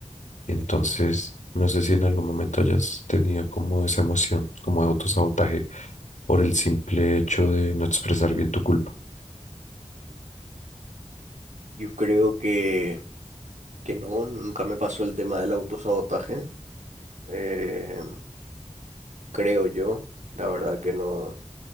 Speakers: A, on the left; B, on the right.
A: Entonces, no sé si en algún momento hayas tenido como esa emoción, como de autosabotaje, por el simple hecho de no expresar bien tu culpa.
B: Yo creo que, que no, nunca me pasó el tema del autosabotaje. eh, creo yo, la verdad que no,